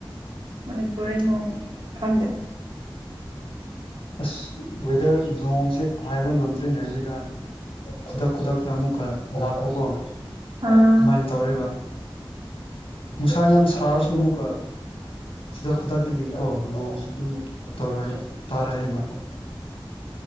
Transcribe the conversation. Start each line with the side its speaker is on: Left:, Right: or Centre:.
Right: ꯃꯅꯤꯄꯨꯔꯗ ꯅꯣꯡ ꯈꯪꯗꯦ
Left: ꯑꯁ ꯋꯦꯗꯔ ꯅꯣꯡꯁꯦ ꯍꯥꯏꯕ ꯉꯝꯗ꯭ꯔꯤꯅꯦ ꯍꯧꯖꯤꯛꯀꯥꯟ ꯈꯨꯗꯛ ꯈꯨꯗꯛꯇ ꯑꯃꯨꯛꯀ ꯂꯥꯛꯄꯀꯣ ꯑꯗꯨꯃꯥꯏꯅ
Right: ꯑꯥ
Left: ꯇꯧꯔꯤꯕ ꯅꯨꯡꯁꯥ ꯌꯥꯝ ꯁꯥꯔꯁꯨ ꯑꯃꯨꯛꯀ ꯈꯨꯗꯛ ꯈꯨꯗꯛꯇꯒꯤꯀꯣ ꯅꯣꯡꯁꯨ ꯑꯗꯨꯝ ꯇꯧꯔ ꯇꯥꯔꯛꯑꯦꯕ